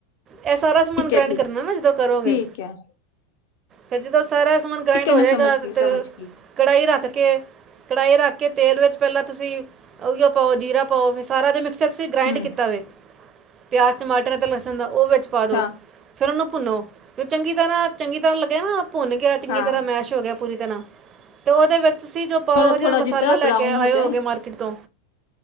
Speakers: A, on the right (about 30°); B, on the left (about 65°).
A: ਇਹ ਸਾਰਸ
B: ਠੀਕ
A: ਮਨ
B: ਠੀਕ
A: ਗ੍ਰਹਿਣ
B: ਹੈ
A: ਕਰਨਾ
B: ਠੀਕ
A: ਨਾ ਜਦੋਂ ਕਰੋਗੇ।
B: ਠੀਕ ਹੈ
A: ਫਿਰ ਜਦੋਂ, ਸਾਰਾ ਸਮਾਨ ਗ੍ਰਾਇੰਡ
B: ਠੀਕ ਹੈ
A: ਹੋ
B: ਮੈਂ
A: ਜਾਏਗਾ।
B: ਸਮਝ ਗਈ
A: ਤੇ
B: ਸਮਝ ਗਈ
A: ਕੜਾਹੀ ਰੱਖ ਕੇ, ਕੜਾਹੀ ਰੱਖ ਕੇ ਤੇਲ ਵਿੱਚ ਪਹਿਲਾਂ ਤੁਸੀਂ, ਔਈਓ ਪਾਓ ਜੀਰਾ, ਪਾਓ ਸਾਰਾ ਦੇ ਮਿਕਚਰਂ ਗ੍ਰਾਇੰਡ
B: ਹਮ
A: ਕੀਤਾ ਵੇ, ਪਿਆਜ ਚ ਮਾ ਲਸਣ ਦਾ ਉਹ ਵਿੱਚ ਪਾ ਦੋ
B: ਹਾਂ
A: ਫੇਰ ਉਹਨੂੰ ਭੁੰਨੋ ਜੋ ਚੰਗੀ। ਤਰ੍ਹਾਂ ਚੰਗੀ ਤਰ੍ਹਾਂ ਨਾ ਭੁੰਨ ਗਿਆ ਚੰਗੀ
B: ਹਾਂ
A: ਤਰ੍ਹਾਂ ਮੈਸ਼ ਹੋ ਗਿਆ। ਪੂਰੀ ਤਰ੍ਹਾਂ ਤੇ ਉਹਦੇ ਵਿੱਚ ਤੁਸੀਂ ਜੋ ਪਾਓ,
B: ਥੋੜਾ
A: ਭਾਜੀ
B: ਥੋੜਾ
A: ਦਾ ਮਸਾਲਾ
B: ਜਿੱਦਾਂ
A: ਲੈ
B: ਬਰਾਊਨ
A: ਕੇ ਆਏ
B: ਹੋ
A: ਹੋਗੇ
B: ਜਾਏ
A: ਮਾਰਕੀਟ ਤੋਂ